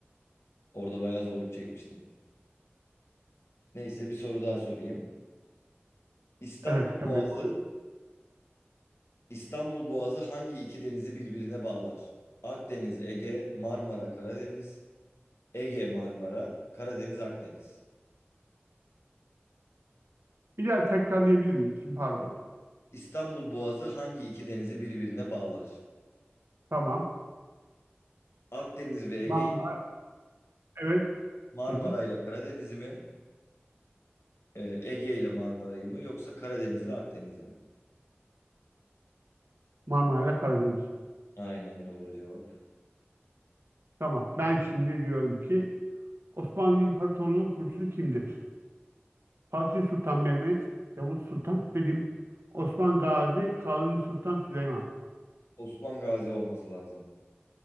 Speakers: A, on the left; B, on the right.
A: orada bayağı zorluk çekmiştim. Neyse bir soru daha sorayım. İstanbul
B: Evet tabii.
A: Boğazı,
B: Buyur.
A: İstanbul Boğazı hangi iki denizi birbirine bağlar? Akdeniz, Ege, Marmara, Karadeniz, Ege, Marmara, Karadeniz, Akdeniz.
B: Bir daha tekrarlayabilir misin? Pardon.
A: İstanbul Boğazı hangi iki denizi birbirine bağlar?
B: Tamam.
A: Akdeniz ve Ege'yi
B: Marmara. Evet.
A: Marmara
B: Hı hı.
A: ile Karadeniz'i mi, e, Ege ile Marmara'yı mı yoksa Karadeniz ile Akdeniz'i mi?
B: Marmara ile Karadeniz.
A: Aynen doğru cevap.
B: Tamam. Ben şimdi diyorum ki Osmanlı İmparatorluğu'nun kurucusu kimdir? Fatih Sultan Mehmet, Yavuz Sultan Selim, Osman Gazi, Kanuni Sultan Süleyman.
A: Osman Gazi olması lazım.